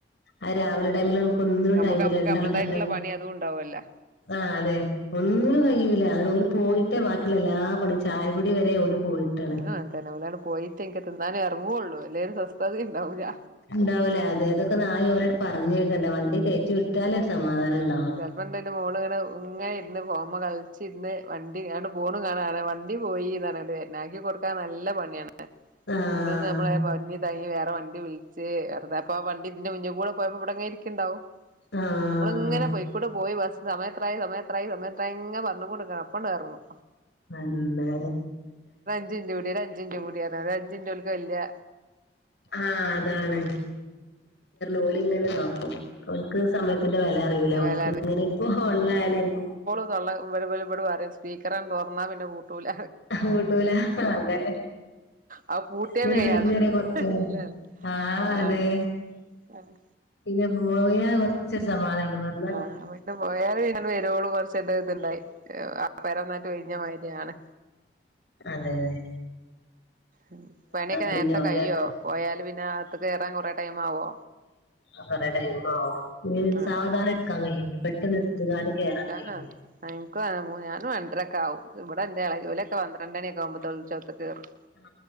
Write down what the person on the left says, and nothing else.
ആ രാവിലെ ടൈമ ഒന്നും
ടൈമ
രണ്ടാള്
പറഞ്ഞ
ആ് അതെ ഒന്നും കഴൂല ആവിടോര് പോയിട്ട് ബാക്കിയുള്ള എല്ലാ പണിയും ചായകുടി വരെ ഓല് പോയിട്ടാണ്
ഉണ്ടാവില്ല അതെ അതൊക്കെ നായ ഓലോട്് പറഞ്ഞേക്കേണ്ട വണ്ടി കയറ്റി വിട്ടാല ഒരു സമാധാനം ഉണ്ട്
ആഹ്
ആഹ്
അന്നേ
ആഹ അതാണ് ഓല ഇങ്ങന ഇതാക്കും ഓർക്ക്ക്ക് സമയത്തിന്റെ വെല ല
ഓര്ക്ക് ഇങ്ങനെ ഇപ്പോ ഉള്ളായാലല്ല
പുട്ടൂല അതനെ
ഇവര്
വരുന്നേര കൊറച്ച്
ആഹ
അതെ
പിന്നെ പോവയാ കുറച്ചൊരു സമാധനാനംുണ്ട് പറ
അതന്നെ
പിന്നെ ഓലെ
ല്ലറെ ടൈം ആവും
സാവധാനം എടുക്കാൻ കഴിയും പെട്ടെന്ന് എടുത്തുകാണ്ട് കേറാൻ
കഴിയൂല
ആഹ